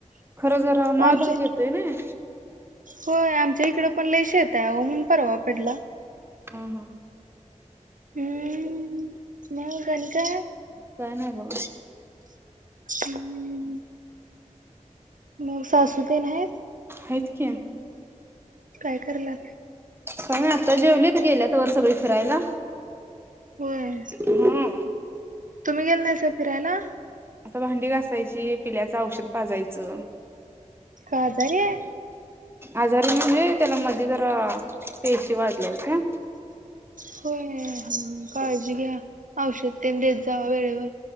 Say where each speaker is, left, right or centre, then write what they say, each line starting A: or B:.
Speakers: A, on the right; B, on the right.
A: खरं जरा माळभाग
B: आमच्या
A: येतोय नाई.
B: होय,, आमच्या इकडं पण लय शेतंय आओ म्हणून परवा पडला.
A: हां हां.
B: हम्म मग आणी काय
A: काय नाय बघा
B: हम्म,,,, मग सासू तेन हैत.
A: हैत की
B: काय कराल्या?
A: काय नाय आता जेवलीत, गेल्यात वर सगळी फिरायला.
B: होय,
A: हम्म.
B: तुम्ही गेला नाहीसा फिरायला?
A: आता भांडी घासायची, पिल्याचं औषध पाजायचं.
B: तो आजारी आहे?
A: आजार म्हणजे त्याला मध्ये जरा, पेशी वाढल्या हूत्या.
B: होय,, काळजी घ्या, औषध तेन देत जावा वेळेवर.